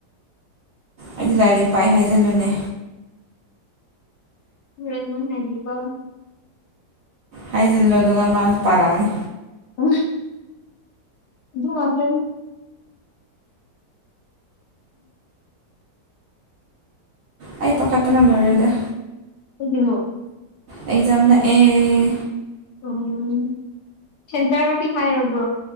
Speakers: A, on the right (about 85°); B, on the left (about 70°).
A: ꯑꯩꯗꯤ ꯂꯥꯏꯔꯤꯛ ꯄꯥꯏ ꯍꯥꯏꯖꯟꯕꯅꯦ
B: <unintelligible>
A: ꯍꯥꯢꯖꯜꯂꯣ ꯑꯗꯨꯒ ꯃꯥꯁ ꯄꯥꯔꯛꯅꯤ
B: ꯎꯝ ꯑꯗꯨ ꯉꯥꯛꯇꯅꯤ
A: ꯑꯩ ꯄꯈꯥꯠꯄꯅ ꯂꯣꯏꯔꯦꯗ
B: ꯀꯩꯒꯤꯅꯣ
A: ꯑꯦꯛꯖꯥꯝꯅꯛꯑꯦ
B: ꯎꯝ ꯁꯦꯟꯇꯔꯗꯤ ꯍꯥꯏꯔꯕꯣ